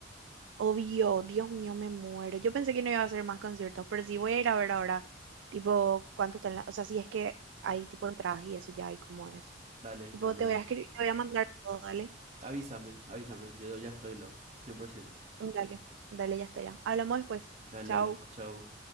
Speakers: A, on the right (about 85°); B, on the right (about 40°).
A: Obvio, Dios mío, me muero. Yo pensé que no iba a hacer más conciertos, pero sí voy a ir a ver ahora, tipo, cuánto están las, o sea, si es que hay tipo entradas y eso ya hay como es.
B: Dale,
A: Tipo,
B: dale,
A: te
B: dale.
A: voy a escribir, te voy a mandar todo, dale.
B: Avísame, avísame, yo ya estoy lo, 100%.
A: Dale, dale, ya está ya. Hablamos después.
B: Dale,
A: Chao.
B: hablamos, chao.